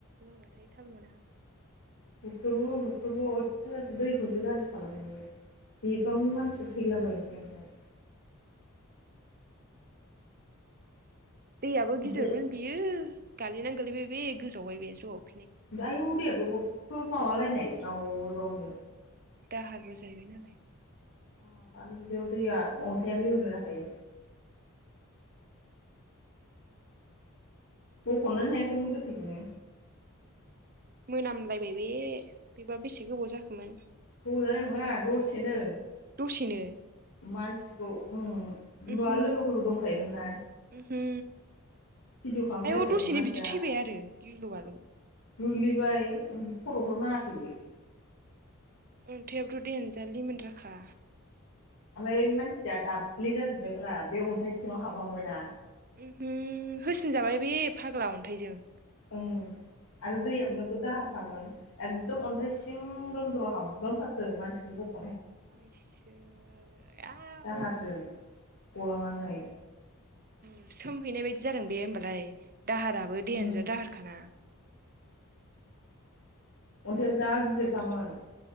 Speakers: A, on the right; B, on the left.
A: लोंबाथाय थाल मोना।
B: बुख्रुबोबो बुख्रुबो अइथासार दैखौसो गाज्रि खालामनो। बेफ्रावनो मानसिफोर थैलाबायायोनोसै ओमफ्राय।
A: दैयाबो
B: ओमफ्राय
A: गिदिरमोन बियो गालिनानै गोलैबाय बे गोजावबाय बे जब
B: <unintelligible> माबालायनाय जाव जावनो।
A: दाहारबो जाहैबाय नालाय।
B: <unintelligible> आरो बिदियाव दैया अन्थायालिमोनला जाखायो। बखननोनो हायाखैमोन गोथैखौनो।
A: मोनामलायबाय बे बेबा बेसे गोबाव जाखोमोन।
B: दजानाय नङा दसेनो।
A: दसेनो?
B: मानसिखौ उम <unintelligible>
A: उमहो
B: लोगोफोरबो दंखायोमोन ना।
A: उमहो
B: भिडिअ' खालामलायदों
A: आयौ दसेनो
B: मानसिया
A: बिदि थैबाय आरो गिलु बलु
B: गोग्लैबाय खर'फोराव नाङाखै बे।
A: अन्थायाबोथ' देनजार लिमोनलाखा
B: ओमफ्राय मानसिया दाब्लि जाजोब्बायफ्रा बे अन्थाइ सिङाव हाबलांबायना।
A: उमहो होसिन जाबाय बे फाग्ला अन्थाइजों
B: उम आरो दैयाबो नोगोद दाहारखामोन एकदम अन्थाइ सिं दन्द्रआव हाबलांथारदों मानसिखौनो बख'
A: आयसोर आव
B: दाहारजों गलांनानै।
A: बुसोमहैनाय बायदि जादों बे होमबालाय दाहाराबो देनजार
B: उम
A: दाहारखाना
B: अन्थायाबो
A: गिलु
B: जा गिदिरखामोन
A: बालु